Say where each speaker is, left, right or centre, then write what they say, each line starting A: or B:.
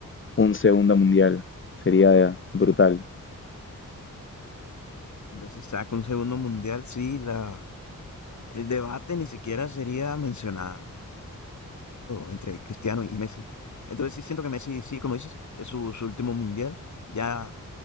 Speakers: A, on the left; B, on the left.
A: un segundo mundial, sería brutal.
B: Hombre, si saca un segundo mundial, sí, la, el debate ni siquiera sería mencionado entre Cristiano y Messi. Entonces sí siento que Messi, sí, como dices, es su, su último mundial. Ya